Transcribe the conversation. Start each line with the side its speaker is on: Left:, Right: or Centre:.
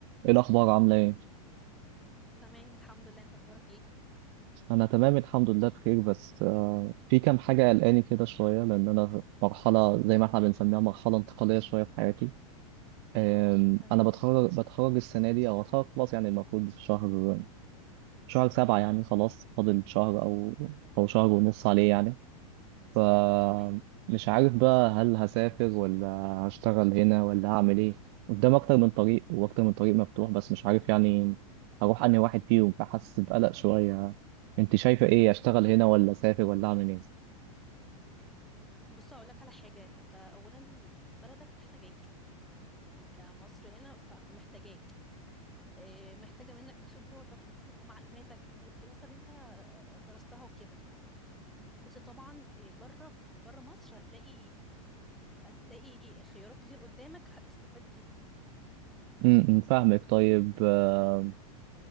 Right: ايه الاخبار عامله ايه
Centre: تمام الحمد لله انت اخبارك ايه
Right: انا تمام الحمد لله بخير بس آه، في كام حاجه قلقاني كده شويه لان انا في مرحله زي ما احنا بنسميها مرحله انتقاليه شويه في حياتي آم،
Centre: تمام
Right: انا بتخرج بتخرج السنه دي او هتخرج خلاص يعني المفروض في شهر شهر سبعة يعني خلاص فاضل شهر او او شهر ونص عليه يعني فمش
Centre: تمام
Right: عارف بقى هل هسافر ولا هشتغل هنا ولا هعمل ايه قدام اكتر من طريق واكتر من طريق مفتوح بس مش عارف يعني هروح انهي واحد فيهم فحاسس بقلق شوية انت شايفة ايه اشتغل هنا ولا اسافر ولا اعمل ايه
Centre: بص اقول لك على حاجه انت اولا بلدك محتاجاك يعني كمصر هنا فمحتاجاك اه، محتاجه منك خبراتك <clears throat> ومعلوماتك والدراسه اللي انت اه، درستها وكده بس طبعا إيه، بره في بره مصر هتلاقي هتلاقي خيارات كتير قدامك هتستفاد بيها
Right: امم فاهمك طيب آه،